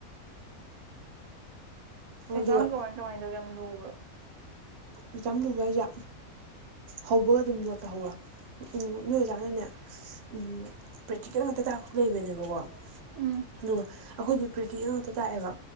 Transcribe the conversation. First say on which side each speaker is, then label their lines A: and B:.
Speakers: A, on the right (about 85°); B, on the right (about 55°).
A: ꯑꯦꯁꯨ
B: ꯑꯗꯨꯒ
A: ꯌꯥꯝ ꯀꯃꯥꯏ ꯀꯃꯥꯏꯅ ꯇꯧꯒꯦ ꯌꯥꯝ ꯂꯨꯕ꯭ꯔꯣ
B: ꯑꯦꯛꯖꯥꯝ ꯂꯨꯕ ꯍꯥꯏꯁꯦ ꯍꯧꯕꯒ ꯑꯗꯨꯝ ꯅꯣꯠꯇꯍꯧꯔ ꯎ ꯎꯝ ꯅꯣꯏ ꯑꯣꯖꯥꯅꯅꯦ ꯎꯝ ꯄ꯭ꯔꯦꯛꯇꯤꯀꯦꯜ ꯉꯥꯛꯇ ꯇꯥꯛꯄꯁꯨ ꯂꯩꯕꯅꯦꯕꯀꯣ
A: ꯎꯝ
B: ꯑꯗꯨꯒ ꯑꯩꯈꯣꯏꯗꯤ ꯄ꯭ꯔꯦꯛꯇꯤꯀꯦꯜ ꯉꯇ ꯇꯥꯛꯑꯦꯕ